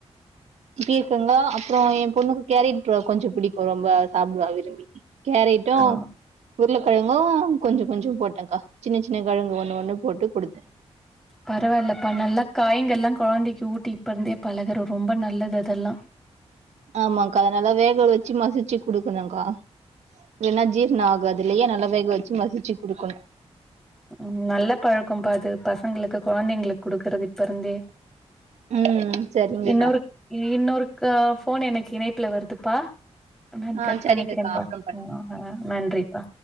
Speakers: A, on the right; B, in the centre.
A: பீர்க்கங்கா அப்றோ எம்பொண்ணுக்கு கேரேட்ப்ரோ கொஞ்சோ புடிக்கு ரொம்பௌ சாப்புடுவா விரும்பி கேரேட்டு
B: ஆ.
A: உருளக்கெழங்கு கொஞ்சோ கொஞ்சோ போட்டக்கா சின்ன சின்ன கெழங்கு ஒன்னு ஒன்னு போட்டு குடுத்த
B: பரவால்லப்பா நல்லா காய்ங்கல்லா கொழந்தைக்கி ஊட்டி இப்பருந்தே பழகற ரொம்ப நல்லது அதெல்லா
A: ஆமாக்கா அத நல்லா வேக வச்சி மசிச்சி குடுக்குணுக்கா இல்லனா ஜீர்ணோ ஆகாதில்லியா நல்லா வேகவச்சி மசிச்சி குடுக்குணு
B: ம் நல்ல பழக்கம்பா அது பசங்களுக்கு கொழந்தைகளுக்கு குடுக்கறது இப்பருந்தே
A: ம் சரிங்கக்கா
B: இன்னொரு இன்னொரு கா போனு எனக்கு இணைப்புல வருதுப்பா நா
A: ஆ
B: கட்
A: சரிங்கக்கா
B: பண்ணிக்கிறேப்பா
A: அப்புறம் பண்றேன்
B: ந நா நன்றிப்பா